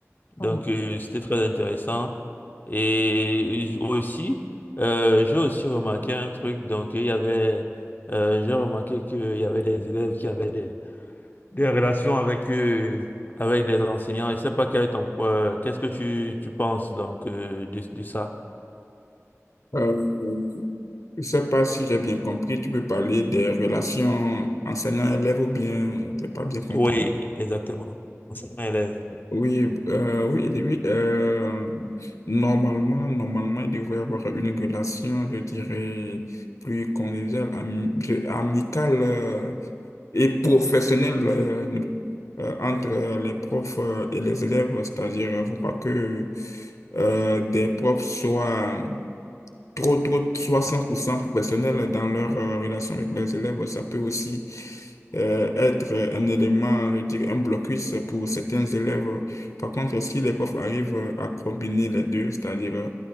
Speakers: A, on the left (about 40°); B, on the left (about 80°).
A: Donc
B: Mhm.
A: euh, c'était très intéressant. Et aussi, euh, j'ai aussi remarqué un truc, donc il y avait, euh, j'ai remarqué qu'il y avait des élèves qui avaient des, des relations avec, euh, avec des enseignants. Je sais pas quel est ton, euh, qu'est-ce que tu, tu penses donc euh, de, de ça?
B: Euh, je ne sais pas si j'ai bien compris, tu peux parler des relations enseignant-élève ou bien, je n'ai pas bien compris.
A: Oui, exactement. Enseignant-élève.
B: Oui, euh, oui, oui. oui, euh, normalement, normalement, il devrait y avoir une relation, je dirais, plus conviviale, ami- je- amicale euh, et professionnelle euh, euh, entre les profs euh, et les élèves. C'est-à-dire, il ne faut pas que euh, des profs soient trop, trop, soit 100% professionnels dans leur euh, relation avec leurs élèves. Ça peut aussi euh, être un élément, je veux dire, un blocus pour certains élèves. Par contre, si les profs arrivent à combiner les deux, c'est-à-dire euh,